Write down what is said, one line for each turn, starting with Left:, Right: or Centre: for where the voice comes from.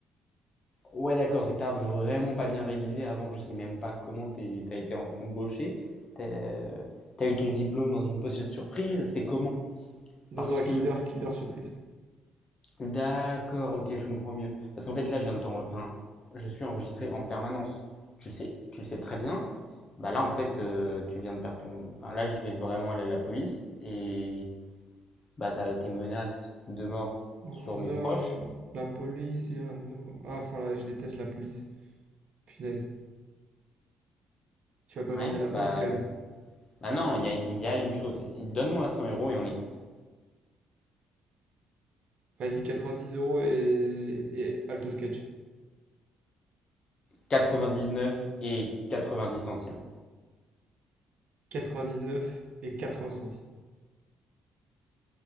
Left: Ouais, d'accord, c'est que t'as vraiment pas bien révisé avant. Je sais même pas comment t'es- t'as été em- embauché. T'as t'as eu ton diplôme dans une pochette surprise. C'est comment?
Right: Non,
Left: Parce
Right: dans
Left: que,
Right: Kinder, Kinder Surprise.
Left: d'accord, ok, je comprends mieux. Parce qu'en fait, là, je viens de t'en- enfin, je suis enregistré en permanence. Tu le sais, tu le sais très bien. Bah là, en fait, euh, tu viens de perdre ton. Enfin, là, je vais vraiment aller à la police et bah t'as tes menaces de mort
Right: Oh
Left: sur
Right: non,
Left: mes proches.
Right: la police, ah non. Ah, enfin là, je déteste la police. Punaise. Tu vas pas
Left: Ouais,
Right: me ramener la
Left: bah,
Right: police quand même.
Left: bah non, il y a, il y a une chose. Donne-moi 100 euros et on est quitte.
Right: Vas-y, 90 euros et, et Alto Sketch.
Left: quatre-vingt-dix-neuf et quatre-vingt-dix centimes.
Right: 99 et 80 centimes.